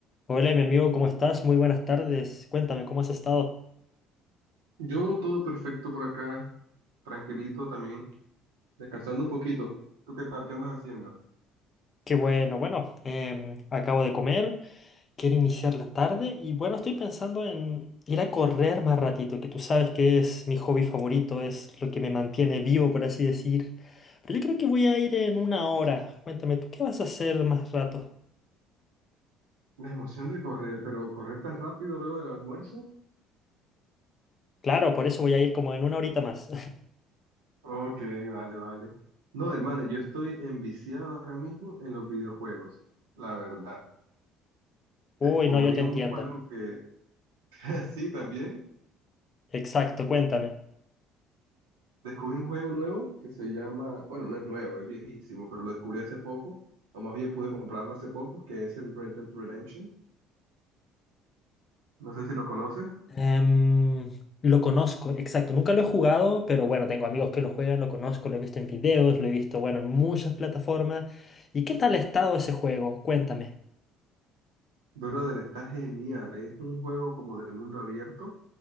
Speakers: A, on the left; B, on the right.
A: Hola, mi amigo, ¿cómo estás? Muy buenas tardes. Cuéntame, ¿cómo has estado?
B: Yo todo perfecto por acá, tranquilito también, descansando un poquito. ¿Tú qué tal? ¿Qué andas haciendo?
A: Qué bueno, bueno, em, acabo de comer, quiero iniciar la tarde y bueno, estoy pensando en ir a correr más ratito, que tú sabes que es mi hobby favorito, es lo que me mantiene vivo, por así decir. Pero yo creo que voy a ir en una hora. Cuéntame, ¿tú qué vas a hacer más rato?
B: La emoción de correr, pero correr tan rápido luego del almuerzo.
A: Claro, por eso voy a ir como en una horita más.
B: Ok, vale, vale. No, hermano, yo estoy enviciado ahora mismo en los videojuegos, la verdad.
A: <laughs> Uy,
B: Descubrí
A: no, yo te
B: un
A: entiendo.
B: juego que, <laughs> sí, también,
A: Exacto, cuéntame.
B: descubrí un juego nuevo que se llama, bueno, no es nuevo, es viejísimo, pero lo descubrí hace poco, o más bien pude comprarlo hace poco, que es el Red Dead Redemption. No sé si lo conoces.
A: Em, lo conozco, exacto. Nunca lo he jugado, pero bueno, tengo amigos que lo juegan, lo conozco, lo he visto en videos, lo he visto, bueno, en muchas plataformas. ¿Y qué tal ha estado ese juego? Cuéntame.
B: Brother, está genial. Es un juego como de mundo abierto.